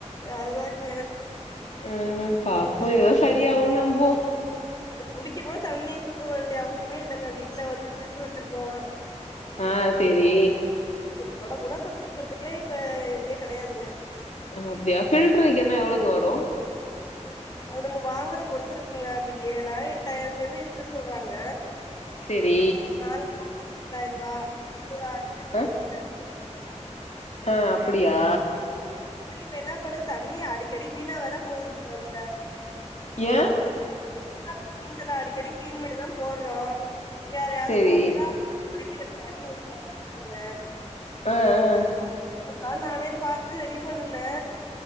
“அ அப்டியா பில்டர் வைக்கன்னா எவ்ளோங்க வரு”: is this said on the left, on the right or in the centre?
Left